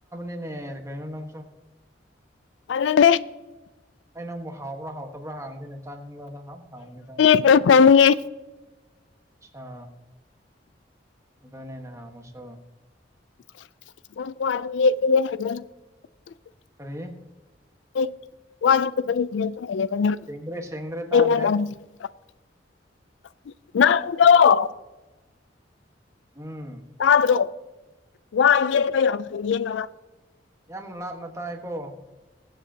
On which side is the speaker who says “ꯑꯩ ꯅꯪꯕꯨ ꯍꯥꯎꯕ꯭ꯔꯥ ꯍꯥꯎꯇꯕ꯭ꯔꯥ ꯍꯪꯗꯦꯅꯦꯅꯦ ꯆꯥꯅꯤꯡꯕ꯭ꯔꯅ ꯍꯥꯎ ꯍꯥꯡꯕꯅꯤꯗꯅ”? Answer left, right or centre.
Right